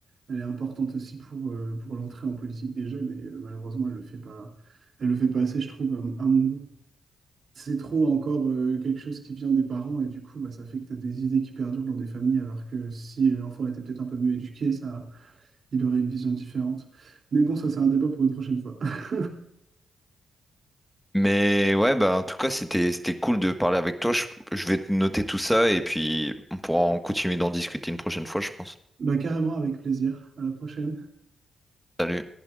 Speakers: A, on the right (about 60°); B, in the centre.
A: elle est importante aussi pour, euh, pour l'entrée en politique des jeunes et euh, malheureusement, elle le fait pas, elle le fait pas assez, je trouve, à mon, à mon goût. C'est trop encore euh, quelque chose qui vient des parents et du coup, bah, ça fait que tu as des idées qui perdurent dans des familles alors que si l'enfant était peut-être un peu mieux éduqué, ça, il aurait une vision différente. Mais bon, ça, c'est un débat pour une prochaine fois. <laughs>
B: Mais ouais, bah en tout cas, c'était c'était cool de parler avec toi. Je, je vais noter tout ça et puis on pourra en continuer d'en discuter une prochaine fois, je pense.
A: Bah, carrément, avec plaisir. À la prochaine.
B: Salut.